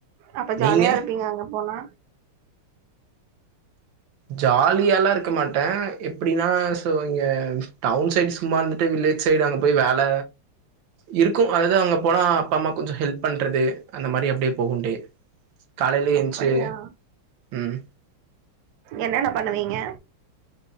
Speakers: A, on the right; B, on the right.
A: அப்ப ஜாலியா
B: நீங்க
A: இருப்பீங்க அங்க போனா
B: ஜாலியாலா இருக்க மாட்ட எப்படின்னா சோ இங்க டவுன் சைட்ஸ் சும்மா இருந்துட்டு வில்லேஜ் சைடு அங்க போய் வேல இருக்கு அதாவது அங்க போனா அப்பா அம்மா கொஞ்ச ஹெல்ப் பண்றது அந்த மாரி அப்டே போககுண்டே காலையில என்ச்சு
A: அப்படியா
B: ம்
A: என்னென்ன பண்ணுவீங்க